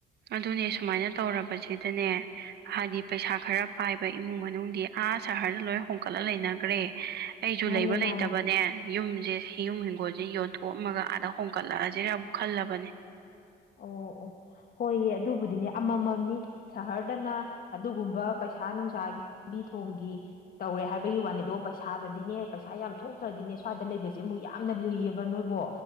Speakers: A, on the right; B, on the left.
A: ꯑꯗꯨꯅꯦ ꯁꯨꯃꯥꯏꯅ ꯇꯧꯔꯕꯁꯤꯗꯅꯦ ꯍꯥꯏꯗꯤ ꯄꯩꯁꯥ ꯈꯔ ꯄꯥꯏꯕ ꯏꯃꯨꯡ ꯃꯅꯨꯡꯗꯤ ꯑꯥ ꯁꯍꯔꯗ ꯂꯣꯏ ꯍꯣꯡꯀꯠꯂ ꯂꯩꯅꯒ꯭ꯔꯦ ꯑꯩꯁꯨ
B: ꯃꯥꯅꯦ
A: ꯂꯩꯕ ꯂꯩꯇꯕꯅꯦ
B: ꯃꯥꯅꯦ
A: ꯌꯨꯝꯁꯦ ꯌꯨꯝ ꯍꯤꯡꯒꯣꯜꯁꯦ ꯌꯣꯟꯊꯣꯛꯑꯝꯃꯒ ꯑꯥꯗ ꯍꯣꯡꯀꯠꯂꯛꯑꯁꯤꯔꯕꯨ ꯈꯜꯂꯕꯅꯦ
B: ꯑꯣ ꯑꯣ ꯍꯣꯏꯌꯦ ꯑꯗꯨꯕꯨꯗꯤꯅꯦ ꯑꯃꯃꯝꯅꯤ ꯁꯍꯔꯗꯅ ꯑꯗꯨꯒꯨꯝꯕ ꯄꯩꯁꯥ ꯅꯨꯡꯁꯥꯒꯤ ꯂꯝꯕꯤ ꯊꯣꯡꯒꯤ ꯇꯧꯔꯦ ꯍꯥꯏꯕꯒꯤ ꯋꯥꯅꯤꯗꯣ ꯄꯩꯁꯥꯗꯗꯤꯅꯦ ꯄꯩꯁꯥ ꯌꯥꯝ ꯊꯣꯛꯇ꯭ꯔꯗꯤꯅꯦ ꯁ꯭ꯋꯥꯏꯗ ꯂꯩꯕꯁꯦ ꯑꯃꯨꯛ__ ꯌꯥꯝꯅ ꯂꯨꯏꯌꯦꯕ ꯅꯣꯏꯕꯣ